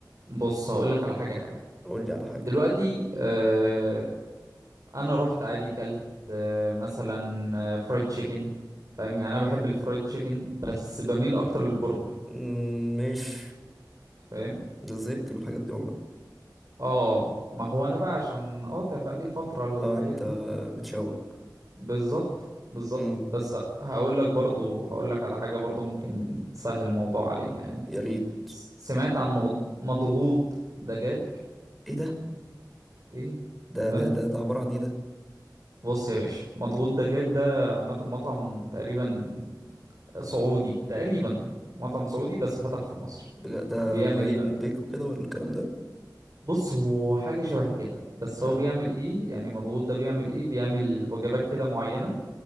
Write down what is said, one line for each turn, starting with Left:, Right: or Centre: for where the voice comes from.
Right: بص هقول لك على حاجه حلوه
Centre: قول لي على حاجة
Right: دلوقتي آه انا رحت عادي كلت آه مثلا فرايد تشيكن فاهم يعني انا بحب الفرايد تشيكن بس بميل اكتر للبرجر
Centre: مم، مش
Right: فاهم
Centre: زهقت من الحاجات دي والله
Right: اه ما هو انا بقى عشان قاطع بقى لي فترة
Centre: اه
Right: الحاجات
Centre: انت
Right: دي
Centre: متشوق
Right: بالظبط بالظبط
Centre: امم
Right: بس هقول لك برضو هقول لك على حاجة برضو ممكن تسهل الموضوع علينا يعني
Centre: يا ريت
Right: س- سمعت عن مغض- مضغوط دجاج
Centre: ايه ده
Right: ايه
Centre: ده
Right: ماله
Centre: ده ده ده عبارة عن ايه ده
Right: بص يا باشا مضغوط دجاج ده عامة مطعم تقريبا سعودي تقريبا مطعم سعودي بس فتح في مصر
Centre: بجد ده
Right: بيعمل
Centre: زي
Right: ايه بقى
Centre: البيك وكده ولا الكلام ده
Right: بص هو حاجة شبه كده بس
Centre: يعني
Right: هو بيعمل ايه يعني مضغوط ده بيعمل ايه بيعمل وجبات كده معينة